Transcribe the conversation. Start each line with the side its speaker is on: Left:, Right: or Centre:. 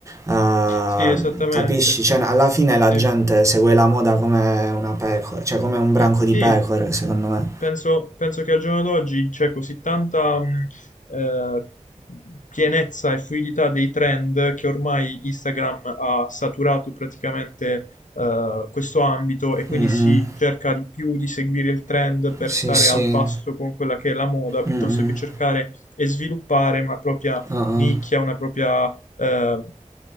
Right: eh,
Left: Sì, esattamente.
Right: Capisci? Cioè, alla fine la
Left: Sì.
Right: gente segue la moda come una pecora, cioè come un branco
Left: Sì,
Right: di pecore, secondo me.
Left: penso, penso che al giorno d'oggi c'è così tanta mh, eh, pienezza e fluidità dei trend che ormai Instagram ha saturato praticamente eh, questo ambito e quindi
Right: Mm-mm.
Left: si cerca di più di seguire il trend per
Right: Sì,
Left: stare
Right: sì.
Left: al passo con quella che è la moda, piuttosto
Right: Mm-mm.
Left: che cercare e sviluppare una propria
Right: Uh-uh.
Left: nicchia, una propria eh,